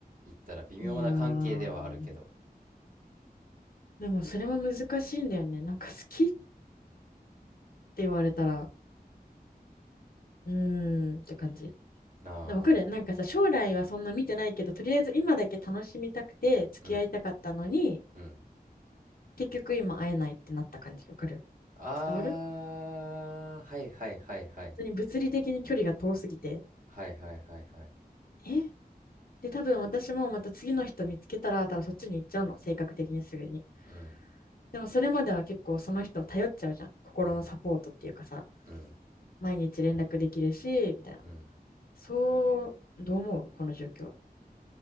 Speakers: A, on the right; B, on the left.
A: 言ったら微妙な関係ではあるけど。
B: う。いやー。でも、それも難しいんだよね。なんか好きって言われたら、うーんって感じ。
A: ああ、
B: でわかるなんかさ、将来はそんな見てないけど、とりあえず今だけ楽しみたくて付き合いたかったのに、
A: うん、うん。
B: 結局今会えないってなった感じ、わかる
A: ああ、
B: 伝わる本
A: はいはいはいはい。
B: 当に物理的に距離が遠すぎて。
A: はいはいはいはい。
B: えで、多分私もまた次の人見つけたら、多分そっちに行っちゃうの、性格的にすぐに。
A: うん、
B: でもそれまでは結構その人を頼っちゃうじゃん。心のサポートっていうかさ、
A: うん、うん、
B: 毎日連絡できるし、みたいな。
A: うん。
B: そう、どう思うこの状況。